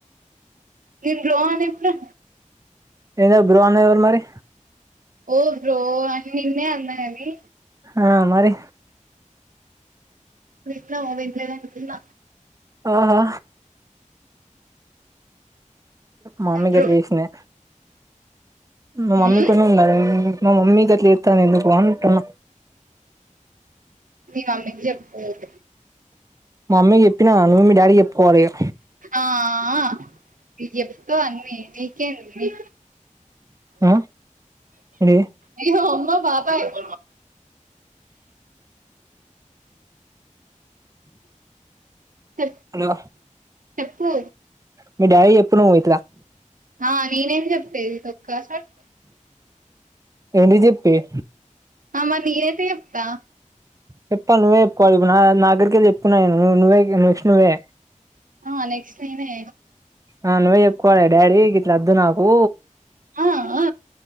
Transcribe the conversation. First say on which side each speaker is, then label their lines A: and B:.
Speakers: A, on the right (about 85°); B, on the right (about 25°).
A: నిం రోనిప్ రా
B: ఏంద బ్రహన్ ఎవరు మరి
A: ఓ బ్రో అని నిన్నే అన్నా అని
B: ఆ మరి
A: విన్నావా వినలేదనుకున్న
B: ఆఓహో మామీ
A: బ్రో
B: గర చేసనే మా మమ్మీ
A: ఉమ్
B: కొని ఉండారండి మా మమ్మీ గట్ల చేత్తాంది ఎందుకు అంటున్న
A: మీ మమ్మీకి చెప్పు
B: మమ్మీకి చెప్పినవా నువ్వు డాడీకి చెప్పుకోవాలి ఇగ
A: ఆ నువ్వు చెప్తవు అన్నీ నీకేంది
B: ఆ ఏంటిది
A: అయ్యో అమ్మో బాబాయ్ <inaudible> చెప్
B: హలో
A: చెప్పు
B: మీ డాడీకి చెప్పు నువ్వే
A: ఆ నేనేం చెప్తే ఇక తొక్క చల్
B: ఏంటిది చెప్పేది
A: ఆ మరి నేనెట్ల చెప్తా
B: చెప్పాలి నువ్వే చెప్పుకోవాలి ఇప్పుడు నాదగ్గరికేళి చెప్పుకున్నవనుకో నువ్వే ఇగ నెక్స్ట్ నువ్వే
A: ఆ నెక్స్ట్ నేనే
B: ఆ నువ్వే చెప్పుకోవాలి డాడీ గిట్ల వద్దు నాకు
A: ఆ ఆ